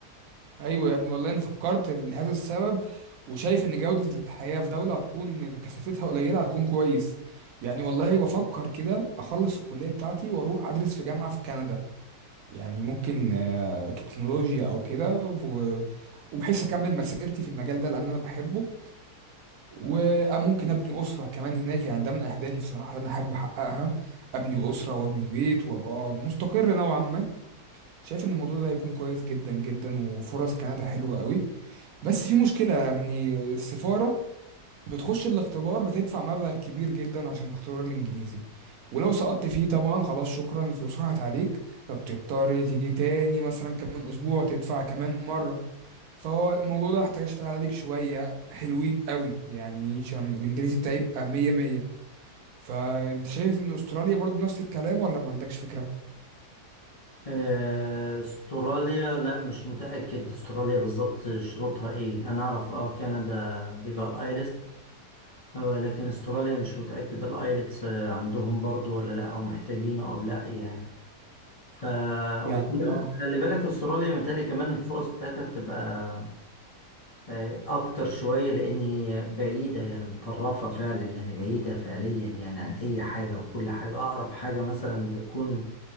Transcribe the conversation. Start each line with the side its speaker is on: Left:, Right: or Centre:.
Right: ايوه يعني والله انا فكرت لهذا السبب وشايف ان جوده الحياه في دوله هتكون كثافتها قليله هتكون كويس يعني والله بفكر كده اخلص الكليه بتاعتي واروح ادرس في جامعه في كندا يعني ممكن آه، تكنولوجيا او كده و- وبحيث اكمل مسيرتي في المجال ده لان انا بحبه وممكن ابني اسره كمان هناك يعني ده من اهدافي بصراحه اللي انا احب احققها ابني اسره وابني بيت وابقى مستقر نوعا ما شايف ان الموضوع ده هيكون كويس جدا جدا وفرص كندا حلوة قوي بس في مشكلة يعني السفارة بتخش الاختبار بتدفع مبلغ كبير جدا عشان اختبار الانجليزي ولو سقطت فيه طبعا خلاص شكرا الفلوس راحت عليك فبتضطر تيجي تاني مثلا كمان اسبوع تدفع كمان مرة فهو الموضوع ده هحتاج اشتغل عليك شوية حلوين قوي يعني عشان الانجليزي بتاعي يبقى مية مية فانت شايف ان استراليا برضو نفس الكلام ولا ما عندكش فكرة؟
Left: آه، استراليا لا مش متأكد استراليا بالظبط شروطها ايه انا اعرف اه كندا بيبقى الايلتس آه، لكن استراليا مش متأكد الايلتس آه، عندهم برضو ولا لا او محتاجينه او لا يعني ف
Right: يعني
Left: وخلي
Right: اه
Left: بالك استراليا متهيألي كمان الفرص بتاعتها بتبقى آه، اكتر شوية لان هي بعيدة يعني متطرفة فعلا يعني بعيدة فعليا يعني عن اي حاجة وكل حاجة اقرب حاجة مثلا بتكون